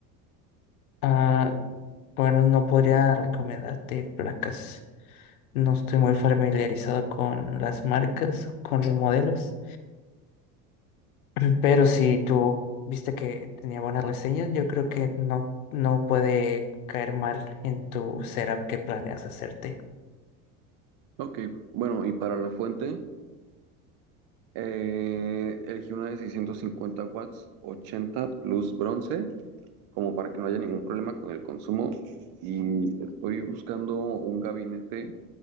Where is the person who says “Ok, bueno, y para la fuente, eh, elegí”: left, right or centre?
Right